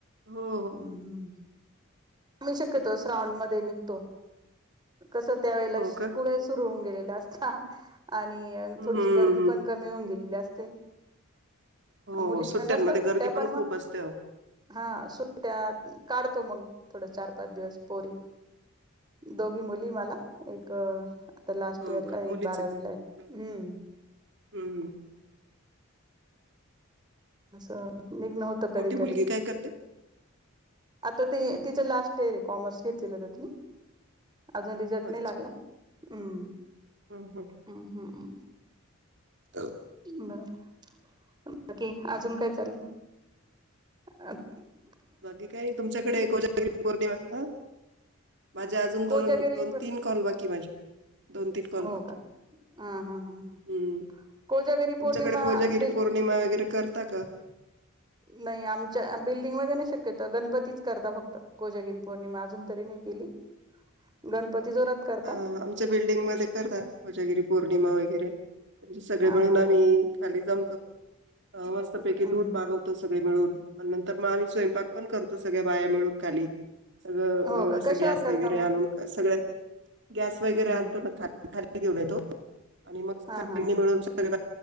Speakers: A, on the right; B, on the right.
A: हो
B: हम्म हम्म आम्ही शक्यतोवर
A: हो
B: श्रावण मध्ये. तो. कसं त्यावेेळेला
A: हो
B: स्कूल
A: का
B: सुरू होऊन गेलेत. <unintelligible> आणि
A: हम्म
B: थोडीशी गर्दी. पण कमी होऊण गेली अस. ते.
A: हो
B: मुलीना
A: सुट्ट्यांमध्ये
B: नसत सु्ट्या
A: गर्दी
B: पण मग
A: खूप असते अहो
B: हा सुट्ट्या काढतो मग. थोडं चार पाच दिवस पोरी दोघी मुली मला एक. लास्ट
A: हो
B: इयर
A: का
B: ला
A: मुलीच
B: एक बारावी
A: आहे का दोघी
B: ला हे हम्म.
A: हम्म.
B: असा. निघ्न होत कधी
A: मोठी
B: कधी.
A: मुलगी काय करते
B: आता ते तिचं लास्ट इयर आहे कॉमर्स घेतलेलं होत तिने. अजा रिझल्ट
A: अच्छा
B: नाही लागला हम्म
A: हम्म
B: हम्म हम्म. ह
A: हम्म
B: <unintelligible> बाकी अजून काय चाललं? अ <unintelligible>
A: बाकी काय नाही तुमच्याकडे एकोजागरी पौर्णिमा ह. माझे अजून दोन
B: कोजागरी
A: दोन तीन कॉल बाकी माझे दोन तीन कॉल
B: हो
A: बाकी
B: का हा हा हा
A: हम्म
B: कोजागरी
A: तुमच्याकडे
B: पौर्णिमा
A: कोजागिरी
B: बे
A: पौर्णिमा वगैरे करता का?
B: नाही आमच्या बिल्डिंगमध्येध्ये नाही शक्यत गणपतीच करता फक्त कोजागिरी पौर्णिमा अजून तरी नाही केली. गणपती जोरात करता
A: ह आमच्या बिल्डिंग मध्ये करता कोजागिरी पौर्णिमा वगै वगैरे म्हणजे सगळे
B: हा
A: मिळून
B: हा
A: आम्ही
B: हा
A: खाली जा मस्तपैकी
B: हम्म
A: दूध मागवत सग मिळून नंतर मग आम्ही स्वयंपाक पण करतो सगळ्या बाया मिळून खाली सगळं
B: हो का
A: असं
B: कशावर
A: गॅस वगैरे
B: करता मग
A: आणून सगळ ह गॅस वगैरे
B: हम्म
A: आणतो
B: हम्म
A: ना खा खाली घेऊन येतो आणि मग सगळ्यांनी
B: हा हा हा
A: मिळून सगळ